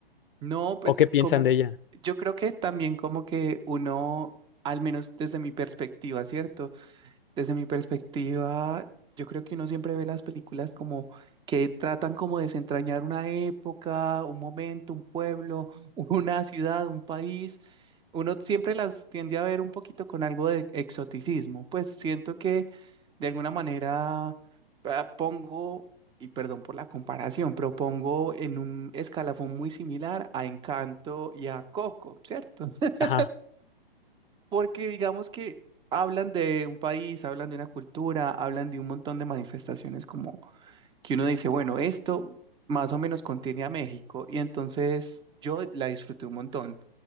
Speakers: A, on the right; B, on the left.
A: No, pues
B: ¿O qué piensan
A: como
B: de ella?
A: yo creo que también como que uno, al menos desde mi perspectiva, ¿cierto? Desde mi perspectiva, yo creo que uno siempre ve las películas como que tratan como de desentrañar una época, un momento, un pueblo, <laughs> una ciudad, un país. Uno siempre las tiende a ver un poquito con algo de exoticismo, pues siento que de alguna manera ah, pongo, y perdón por la comparación, pero pongo en un escalafón muy similar a Encanto y a Coco, ¿cierto? <laughs>
B: Ajá,
A: Porque digamos que hablan de un país, hablan de una cultura, hablan de un montón de manifestaciones como que uno dice, bueno, esto más o menos contiene a México, y entonces yo la disfruté un montón.